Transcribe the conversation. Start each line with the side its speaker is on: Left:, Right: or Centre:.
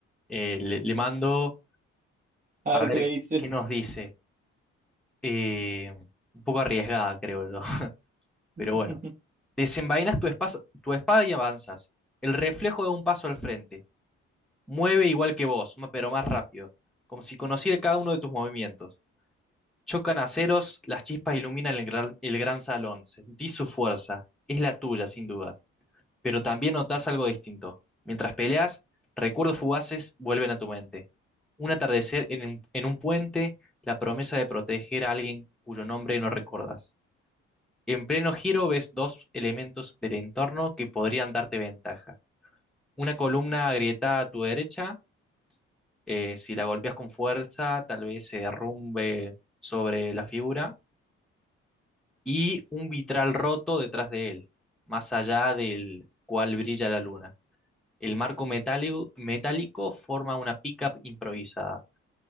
Centre: eh, le, le mando
Right: A
Centre: a
Right: ver
Centre: ver
Right: qué me dice.
Centre: qué nos dice. Eh, un poco arriesgada, creo yo. <laughs>
Right: <laughs>
Centre: Pero bueno, desenvainas tu, espas- tu espada y avanzas. El reflejo da un paso al frente. Mueve igual que vos, ma- pero más rápido, como si conociera cada uno de tus movimientos. Chocan aceros, las chispas iluminan el gran, el gran salón. Sentís su fuerza. Es la tuya, sin dudas. Pero también notás algo distinto. Mientras peleas, recuerdos fugaces vuelven a tu mente. Un atardecer en, un- en un puente, la promesa de proteger a alguien cuyo nombre no recordas. En pleno giro ves dos elementos del entorno que podrían darte ventaja. Una columna agrietada a tu derecha, eh, si la golpeas con fuerza, tal vez se derrumbe sobre la figura y un vitral roto detrás de él, más allá del cual brilla la luna. El marco metálico, metálico forma una pickup improvisada.